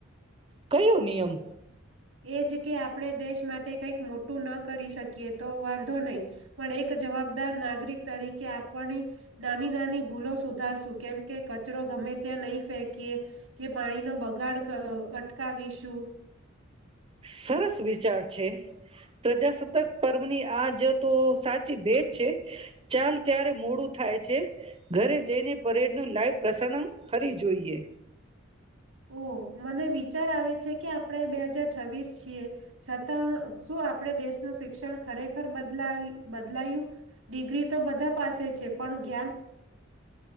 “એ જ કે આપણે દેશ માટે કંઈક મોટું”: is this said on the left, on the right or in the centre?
Right